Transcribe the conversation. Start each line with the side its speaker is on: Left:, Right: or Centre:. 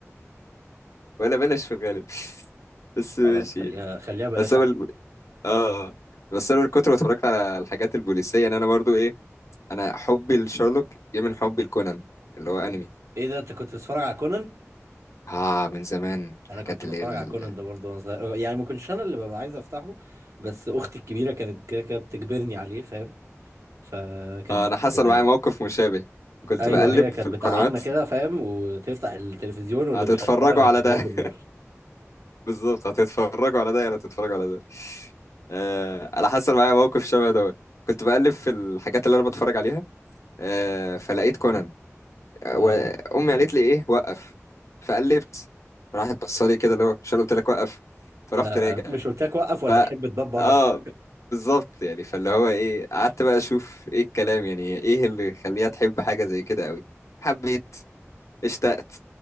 Left: ولا بلاش في الغالب بس
Right: خلاص
Left: ماشي
Right: خليها
Left: يعني
Right: خليها بلاش
Left: بس انا
Right: احمد
Left: ال- اه بس انا من كتر ما اتفرجت على الحاجات البوليسيه ان انا برضو إيه، انا حبي لشارلوك جه من حبي لكونان اللي هو انمي
Right: ايه ده انت كنت بتتفرج على كونان
Left: اه من زمان الحاجات
Right: انا كنت بتفرج
Left: اللي هي ال...
Right: على كونان ده برضه وانا صغير يعني ما كنتش انا اللي ببقى عايز افتحه بس اختي الكبيره كانت كده كده بتجبرني عليه فاهم فكانت
Left: آه انا حصل
Right: بت...
Left: معايا موقف مشابه كنت
Right: ايوه
Left: بقلب
Right: هي كانت
Left: في القنوات
Right: بتقعدنا كده فاهم وتفتح التلفزيون واللي
Left: هتتفرجوا
Right: مش هيتفرج هتضربه
Left: على ده
Right: بالنار
Left: <laughs> بالظبط هتتفرجوا على ده ولا هتتفرجوا على ده آه انا حصل معايا موقف شبه ده كنت بقلب في الحاجات اللي انا بتفرج عليها آه فلقيت كونان آه، وامي
Right: آه.
Left: قالت لي ايه وقف فقلبت راحت بصالي كده اللي هو مش أنا قلت لك وقف فرحت
Right: انا
Left: راجع
Right: مش قلت لك وقف ولا
Left: ف
Right: تحب تباب بره
Left: اه بالظبط يعني فاللي هو ايه قعدت بقى اشوف ايه الكلام يعني ايه اللي يخليها تحب حاجة زي كده قوي حبيت اشتقت